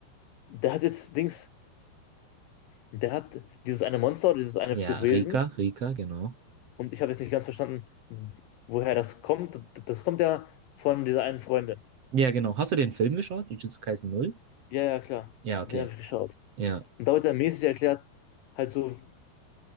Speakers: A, on the left; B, on the right.
A: der hat jetzt Dings, der hat dieses eine Monster oder dieses eine
B: Ja,
A: Fluchwesen.
B: Rika, Rika, genau.
A: und ich habe jetzt nicht ganz verstanden, woher das kommt. Das kommt ja von dieser einen Freundin.
B: Ja, genau. Hast du den Film geschaut? Jujutsu Kaisen null?
A: Ja, ja, klar,
B: Ja,
A: den
B: okay.
A: habe ich geschaut.
B: Ja.
A: Und da wird er mäßig erklärt, halt so,